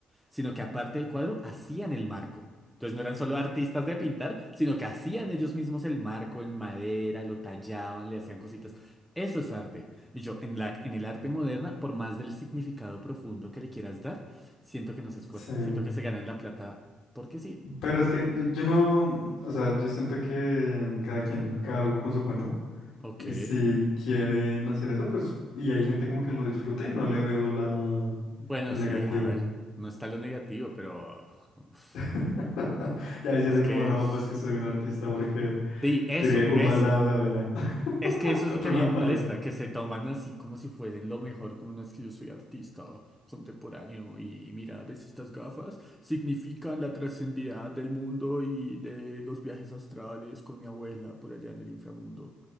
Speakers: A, in the centre; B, on the left (about 80°).
A: sino que aparte del cuadro hacían el marco. Entonces no eran solo artistas de pintar, sino que hacían ellos mismos el marco en madera, lo tallaban, le hacían cositas. Eso es arte. Y yo, en la, en el arte moderna, por más del significado profundo que le quieras dar, siento que no se esfuerzan.
B: Sí.
A: Siento que se ganan la plata porque sí.
B: Pero es que yo, yo no, o sea, yo siento que cada quien, cada loco con su cuento.
A: Ok.
B: Y si quieren hacer eso, pues, y hay gente como que lo disfrute, no le veo la,
A: Bueno,
B: el
A: sí,
B: negativo.
A: a ver. No está lo negativo, pero... uf,
B: <laughs> Ya decirte
A: es
B: como,
A: que
B: no,
A: es...
B: pues que soy un artista porque
A: Sí, eso,
B: tiré un
A: eso.
B: baldado de arena <laughs>
A: Es que eso
B: contra
A: es lo que a
B: una
A: mí me molesta,
B: pared.
A: que se toman así como si fuesen lo mejor, como no es que yo soy artista contemporáneo y mira, ves estas gafas, significan la trascendida del mundo y de los viajes astrales con mi abuela por allá en el inframundo.